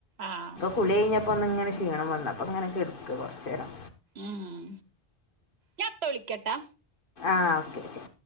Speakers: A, on the right; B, on the left.
A: ആഹ്
B: കുളിയിഞ്ഞപ്പോന്ന്ങ്ങനെ ക്ഷീണം വന്നു അപ്പോങ്ങനെ കെട്ക്ക കുറച്ചേരം.
A: ം ഞാപ്പ വിളിക്കട്ടാ.
B: ആഹ് ഓക്കെ ഓക്കെ.